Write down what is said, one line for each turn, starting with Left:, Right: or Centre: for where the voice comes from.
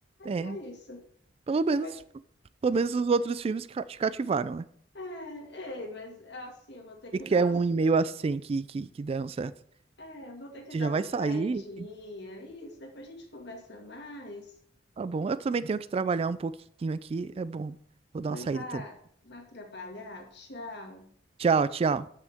Right: É,
Left: É, é isso.
Right: pelo
Left: Tem
Right: menos,
Left: coisa.
Right: pelo menos os outros filmes ca- te cativaram, né?
Left: É, é, é, mas assim, eu vou ter que
Right: E que
Left: dar
Right: é
Left: uma.
Right: um e meio assim que, que, que deram certo.
Left: É, eu vou ter que
Right: Você
Left: dar
Right: já vai
Left: uma saidinha.
Right: sair,
Left: Isso, depois a gente conversa mais.
Right: tá bom. Eu também tenho que trabalhar um pouquinho aqui, é bom. Vou dar
Left: Vai,
Right: uma saída
Left: vá,
Right: também.
Left: vá trabalhar. Tchau.
Right: Tchau, tchau.